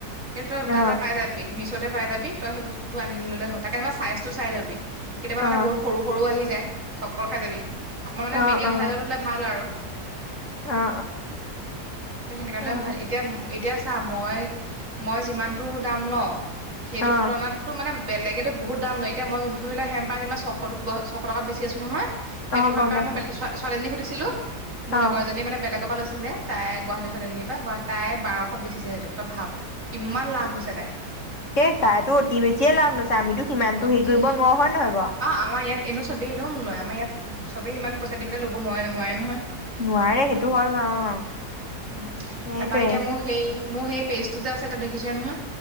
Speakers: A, on the right (about 50°); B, on the left (about 50°).
A: সেই তই তাতে
B: অ
A: পাই যিছতে পাই যাবি তইেই বস্তুতটো আনি ললে হল তাকে মই চাইজটো চাই ল'ব। কেতিয়াবা মানে
B: অ
A: বহুত সৰু সৰু আহি যায় ঠক্কৰ খাই যাবি অকমান মানে
B: অ
A: মিডিয়াম
B: অ
A: চাইজত হলে ভাল আৰু
B: অ অ
A: সেই সেনে কাৰণে
B: অ
A: ভাল এতিয়া - এতিয়া চা মই মই যিমানতটো দাম লও সেইটো
B: অ
A: তুলনাতো মানে বেলেগ বহুত দাম লয় এতিয়া মই যোনটো ধৰিল হেম্পাৰ যেনিবা ছশত ছশ টকাত বেছি আছো নহয় সেইটো
B: অ
A: সময়
B: গম
A: পাৰ
B: পাইছো
A: মই ছোৱালীজনীক সুধিছিলো মোৰ
B: অ
A: লগৰজনীয়ে মানে বেলেগৰ পৰা লৈ। ছিলে তাই গুৱাহাটী চোৱালী এজনী পা গুৱাহাট তাই বাৰশত বেছিছে সেইটো তই ভাৱ কিমান লাভ লৈছে তাই
B: সেই তাইতো অতি বেছিয়ে লাভ লৈছে আমিতো সিমানতো
A: অতি
B: হেৰি কৰিব নোৱাৰো হয় নহয় বাৰু
A: অ আমাৰ ইয়াত এনেও চবেই এনেও নলয় আমাৰ ইয়াত সবেই ইমান পইচা দি পেলাই ল'ব নোৱাৰে - নোৱাৰে নহয়।
B: নোৱাৰে সেইটো হয় বাৰু অ
A: উম,
B: সেইটোৱে
A: তাৰাপা এতিয়া মোৰ সেই মোৰ সেই পেজ টো যে আছে তাত দেখিছে নহয়।